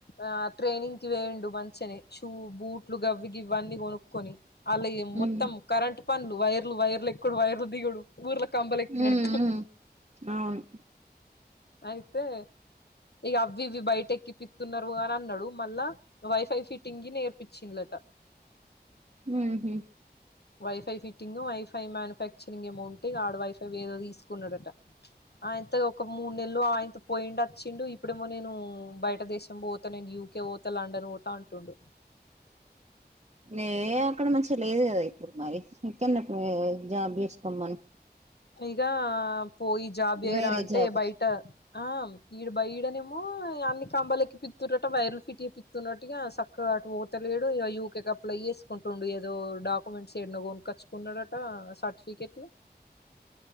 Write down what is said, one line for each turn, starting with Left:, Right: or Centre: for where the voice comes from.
Left: ఆ ట్రైనింగ్ కి పోఇండు మంచ్ చెని షూ బూట్లు గవ్వి ఇవ్వన్నీ కొనుక్కొని అలా ఏ మొత్
Right: ఉమ్
Left: కరెంట్ పనులు వైర్లు వైర్లు ఎక్కుడు వైర్లు దిగడు ఊర్ల కంబలేక్కినట్టు
Right: ఉమ్ ఉమ్ అవును
Left: అయితే ఇగ అవి ఇవి బయటేక్కిపిత్తున్నారు అని అన్నాడు మళ్ళా వైఫై ఫిట్టింగ్ నేర్పించ్చిళ్ళట
Right: మ్ హు
Left: wifi fitting wifi manufacturing amount ఆడ వైఫై ఏదో తీసుకున్నాడట ఆఇంత ఒక మూడు నెల్లు ఆఇంత పోయిడు వచ్చిండు ఇప్పుడేమో నేను బయట దేశం పోతా నిన్ యూ కే లండన్ పోత అంటుండు
Right: ఏ అక్కడ మంచిగా లేదు కదా ఇప్పుడు మరి ఇక్కన్నే జాబ్ చేసుకోమ్మను
Left: ఇగ పోయి జాబ్ చెయ్
Right: వేరే
Left: రా అంటే
Right: జాబ్
Left: బయట ఆ ఈడు బయడనేమో అన్ని కంబలేక్కి పితురట వైర్లు ఫిట్ చేపిత్ తున్నట్టుగా చక్కగా అటు తలేడు ఇగ యూకేక్ అప్లై చేసుకుంటుండు ఏదో డాక్యుమెంట్స్ ఏన్నో కొనుకచ్ కున్నడట సార్టిఫికెట్లు